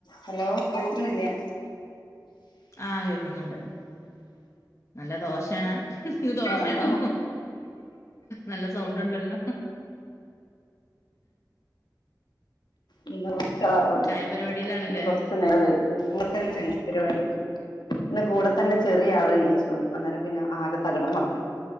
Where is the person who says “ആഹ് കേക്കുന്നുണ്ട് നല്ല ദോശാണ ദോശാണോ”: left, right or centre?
Left